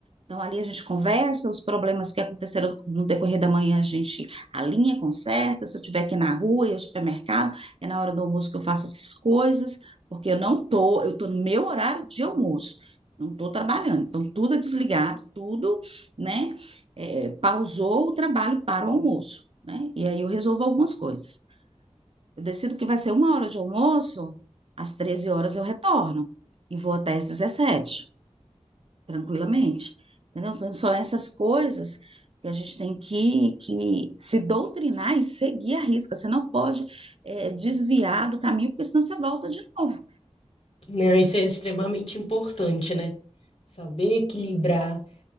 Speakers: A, on the right; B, on the left.
A: Então, ali a gente conversa, os problemas que aconteceram no decorrer da manhã, a gente alinha, conserta. Se eu estiver aqui na rua e ao supermercado, é na hora do almoço que eu faço essas coisas, porque eu não tô, eu tô no meu horário de almoço, não tô trabalhando. Então, tudo é desligado, tudo, né? É, pausou o trabalho para o almoço, né? E aí eu resolvo algumas coisas. Eu decido que vai ser uma hora de almoço, às 13 horas eu retorno e vou até às 17 tranquilamente. Entendeu? São são essas coisas que a gente tem que, que se doutrinar e seguir a risca. Você não pode eh, desviar do caminho, porque senão você volta de novo.
B: Não, isso é extremamente importante, né? Saber equilibrar.